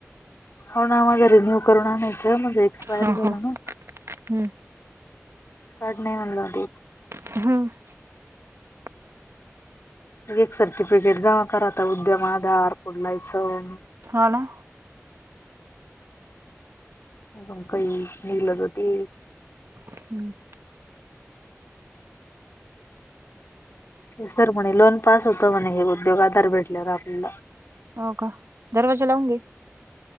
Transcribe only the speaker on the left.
हो ना माझा रिन्यू करून आणायचं माझं एक्सपायर
झालं
ना.
काढ नाही म्हणलवते,
एक सर्टिफिकेट जमा करात उद्यम आधार. <unintelligible>
अजून काही निघलं तर ते
सर म्हणे लोन पास होत म्हणे हे उद्योग आधार भेटल्यावर आपल्याला,